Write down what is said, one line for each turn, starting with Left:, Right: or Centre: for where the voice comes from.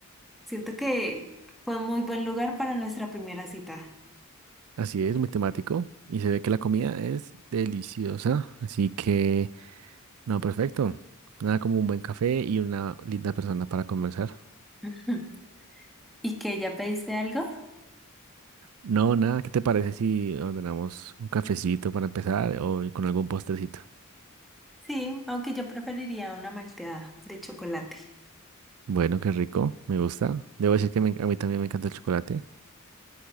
Centre: Siento que fue un muy buen lugar para nuestra primera cita.
Right: Así es, muy temático y se ve que la comida es deliciosa, así que, no, perfecto. Nada como un buen café y una linda persona para conversar.
Centre: <laughs> Ujú. ¿Y que ya pediste algo?
Right: No, nada, ¿qué te parece si ordenamos un cafecito para empezar o con algún postrecito?
Centre: Sí, aunque yo preferiría una malteada de chocolate.
Right: Bueno, qué rico, me gusta. Debo decir que me- a mí también me encanta el chocolate.